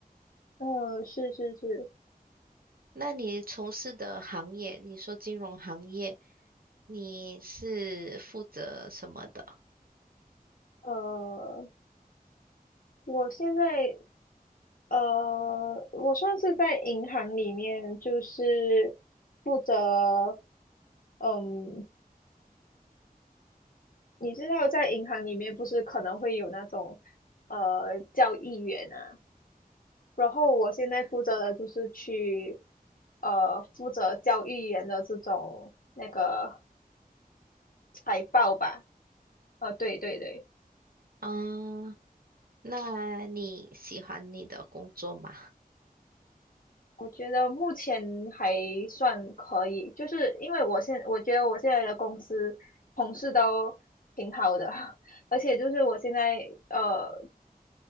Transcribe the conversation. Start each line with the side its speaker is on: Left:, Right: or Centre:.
Left: 嗯，是是是，
Right: 那你从事的行业，你说金融行业，你是负责什么的？
Left: 呃，我现在呃，我算是在银行里面，就是负责嗯你知道在银行里面不是可能会有那种呃交易员啊，然后我现在负责的就是去呃负责交易员的这种那个财报吧，呃对对对，
Right: 嗯，那你喜欢你的工作吗？
Left: 我觉得目前还算可以，就是因为我现我觉得我现在的公司同事都挺好的，<laughs> 而且就是我现在呃